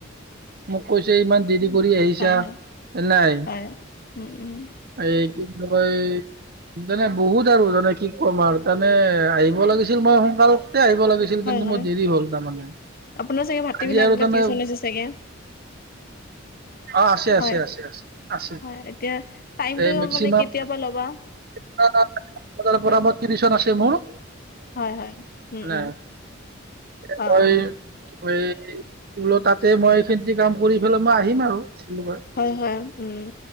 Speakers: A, on the right (about 50°); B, on the left (about 45°).
A: মোক কৈছে ইমান দেৰি কৰি আহিছা
B: হয় হয়
A: নাই
B: হয় উম উম
A: এই কি বুলি কয় তানে বহুত আৰু জানে কি ক'ম আৰু তানে আহিব লাগিছিল মই সোনকাল আহিব লাগিছিল।
B: হয়,
A: কিন্তু
B: হয়,
A: মোৰ দেৰি হ'ল তাৰমানে
B: আপোনাৰ চাগে ভাটিবেলা
A: আজি
B: আগবেলা
A: আৰু তেনে
B: টিউচন হৈছে চাগে? <inaudible>
A: অ আছে
B: হয়,
A: আছে আছে আছে আছে
B: হয়, এতিয়া টাইমতো
A: এই মেক্সিমাম
B: মানে কেতিয়া পৰা ল'বা?
A: <unintelligible> পৰা মোৰ টিউচন আছে মোৰ।
B: হয় হয় উম উম
A: <inaudible>
B: অ অ
A: এই বোলো তাতে মই <unintelligible> কাম কৰি পেলে মই আহিম আৰু <unintelligible>
B: হয়, হয়, উম